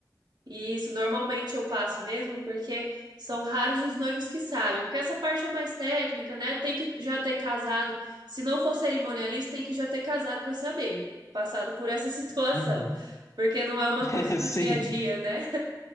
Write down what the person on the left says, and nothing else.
Uhum.
<laughs>
Sim,